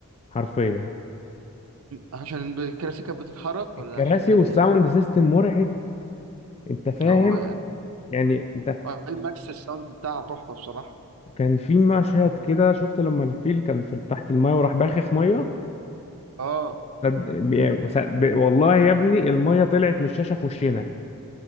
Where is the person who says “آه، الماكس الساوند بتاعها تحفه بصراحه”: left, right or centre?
Right